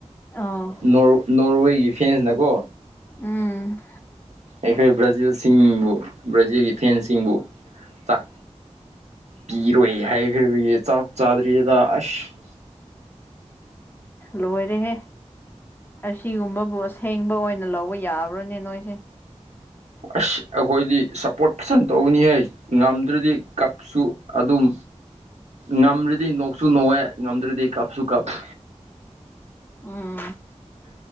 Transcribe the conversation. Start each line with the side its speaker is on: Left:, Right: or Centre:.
Left: ꯑꯣ
Right: ꯅꯣꯔ ꯅꯣꯔꯋꯦꯒꯤ ꯐꯦꯟꯅ ꯀꯣ
Left: ꯎꯝ
Right: ꯑꯩꯈꯣꯏ ꯕ꯭ꯔꯥꯖꯤꯜꯁꯤꯡꯕꯨ ꯕ꯭ꯔꯥꯖꯤꯜꯒꯤ ꯐꯦꯟꯁꯤꯡꯕꯨ ꯆꯥꯛ ꯄꯤꯔꯣꯏ ꯍꯥꯏꯈ꯭ꯔꯕꯒꯤ ꯆꯥꯛ ꯆꯥꯗ꯭ꯔꯤꯗ ꯑꯁ꯫
Left: ꯂꯣꯏꯔꯦꯍꯦ! ꯑꯁꯤꯒꯨꯝꯕꯕꯨ ꯑꯁꯦꯡꯕ ꯑꯣꯏꯅ ꯂꯧꯕ ꯌꯥꯕ꯭ꯔꯥꯅꯦ ꯅꯣꯏꯁꯦ?
Right: ꯑꯁ ꯑꯩꯈꯣꯏꯗꯤ ꯁꯞꯄꯣꯔꯠ ꯐꯖꯅ ꯇꯧꯕꯅꯤꯍꯦ ꯉꯝꯗ꯭ꯔꯗꯤ ꯀꯞ ꯁꯨ ꯑꯗꯨꯝ ꯉꯝꯔꯗꯤ ꯅꯣꯛ ꯁꯨ ꯅꯣꯛꯑꯦ ꯉꯝꯗ꯭ꯔꯗꯤ ꯀꯞꯁꯨ ꯀꯞꯄꯤ꯫
Left: ꯎꯝ